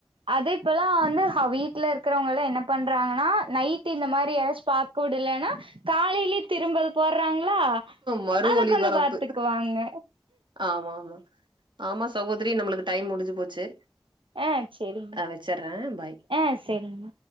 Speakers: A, on the right; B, on the right.
A: அது இப்பல்லா வந்து ஹ வீட்டுல இருக்கிறவங்களா என்ன பண்றாங்கன்னா நைட் இந்த மாரி எதாச்சு பக்க விடலேனா காலைலே திரும்பது போட்றாங்களா
B: மறு
A: அதுகு
B: ஒளிபரப்பு
A: வந்து பாத்துக்குவாங்க
B: ஆமா ஆமா ஆமா சகோதரி நம்மளுக்கு டைம் முடிஞ்சு போச்சு
A: ஆ சரிங்க
B: அ வச்சர்றே பாய்
A: ஆ சரிங்க